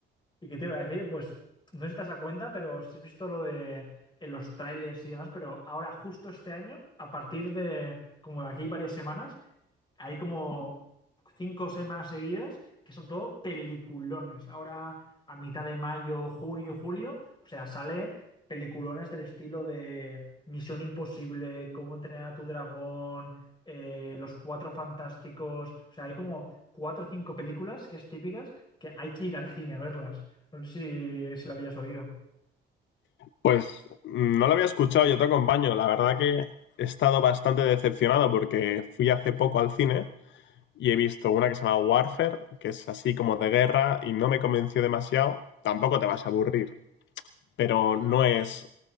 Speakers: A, on the left; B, on the left.
A: ¿Y qué te iba a decir? Pues no sé si te has dado cuenta, pero sí he visto lo de en los trailers y demás, pero ahora justo este año, a partir de como de aquí varias semanas, hay como cinco o seis más seguidas que son todo peliculones. Ahora, a mitad de mayo, junio, julio, o sea, sale peliculones del estilo de Misión Imposible, Cómo entrenar a tu dragón, eh, Los Cuatro Fantásticos. O sea, hay como cuatro o cinco películas que es típicas que hay que ir al cine a verlas. No sé si, si lo habías oído.
B: Pues mm, no la había escuchado, yo te acompaño. La verdad que he estado bastante decepcionado porque fui hace poco al cine y he visto una que se llama Warfare, que es así como de guerra y no me convenció demasiado. Tampoco te vas a aburrir, pero no es